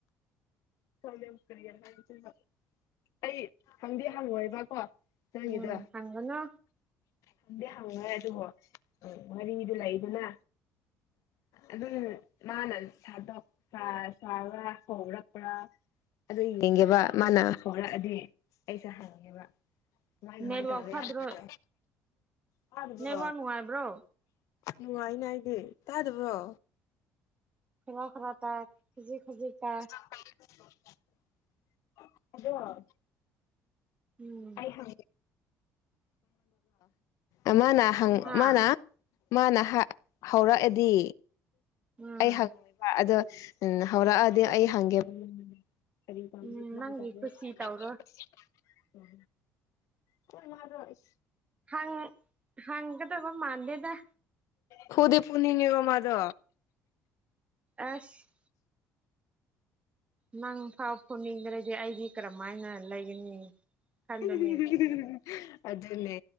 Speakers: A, on the left; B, on the right.
A: <unintelligible> ꯑꯩ ꯍꯪꯗꯤ ꯍꯪꯉꯣꯏꯕꯀꯣ꯫ ꯅꯪꯒꯤꯗꯣ
B: ꯎꯝ ꯍꯪꯒꯅꯨ
A: ꯍꯪꯗꯤ ꯍꯪꯉꯣꯢ ꯑꯗꯨꯕꯨ ꯋꯔꯤꯗꯨ ꯂꯩꯗꯅ ꯑꯗꯨꯝ ꯃꯥꯅ ꯁꯥꯗꯕ ꯁꯥ ꯁꯥꯕ꯭ꯔ ꯍꯧꯕ꯭ꯔꯥ ꯑꯗꯨ ꯌꯦꯡꯒꯦꯕ ꯃꯥꯅ ꯍꯧꯔꯛꯑꯗꯤ ꯑꯩꯁꯨ ꯍꯪꯡꯒꯦꯕ ꯀꯃꯥꯏ ꯀꯃꯥꯏ
B: ꯅꯦꯠꯋꯥꯛ
A: ꯇꯧꯔꯦ
B: ꯐꯗ꯭ꯔꯣ
A: ꯍꯥꯢꯕꯗꯣ ꯇꯥꯗꯕ꯭ꯔꯣ
B: ꯅꯦꯠꯋꯥꯛ ꯅꯨꯡꯉꯥꯏꯕ꯭ꯔꯣ
A: ꯅꯨꯡꯉꯥꯏꯅ ꯑꯩꯗꯤ ꯇꯥꯗꯕ꯭ꯔꯣ
B: ꯈꯔ ꯈꯔ ꯇꯥꯢ ꯈꯖꯤꯛ ꯈꯖꯤꯛ ꯇꯥꯢ
A: <unintelligible> ꯑꯗꯣ
B: ꯎꯝ
A: ꯑꯥ ꯑꯃꯅꯥ ꯍꯪ
B: ꯍꯥ
A: ꯃꯥꯅꯥ ꯃꯥꯅ ꯍ ꯍꯧꯔꯛꯑꯗꯤ
B: ꯎꯝ
A: ꯑꯩ ꯍꯪꯉꯣꯏꯕ ꯑꯗꯣ ꯎꯝ ꯍꯧꯔꯛꯑꯗꯤ ꯑꯩ ꯍꯪꯒꯦꯕ ꯀꯔꯤ ꯄꯝꯒꯦ
B: ꯎꯝ
A: ꯀꯥꯃꯥꯏ
B: ꯅꯪꯒꯤ
A: ꯇꯧꯒꯦ
B: ꯀꯨꯁꯤ
A: ꯍꯥꯏꯕꯗꯣ
B: ꯇꯧꯔꯣ
A: ꯎꯝ ꯈꯣꯏ ꯃꯥꯗꯣ ꯑꯁ꯭
B: ꯍꯪ ꯍꯪꯒꯗꯕ ꯃꯥꯟꯗꯦꯗ
A: ꯐꯨꯗꯤ ꯐꯨꯅꯤꯡꯉꯦꯕ ꯃꯥꯗꯣ
B: ꯑꯁ ꯅꯪ ꯐꯥꯎ ꯐꯨꯝꯅꯤꯡꯔꯗꯤ ꯑꯩꯗꯤ ꯀꯔꯝꯃꯥꯏꯅ ꯂꯩꯒꯅꯤ ꯈꯜꯂꯨꯅꯦ
A: <unintelligible> ꯑꯗꯨꯅꯦ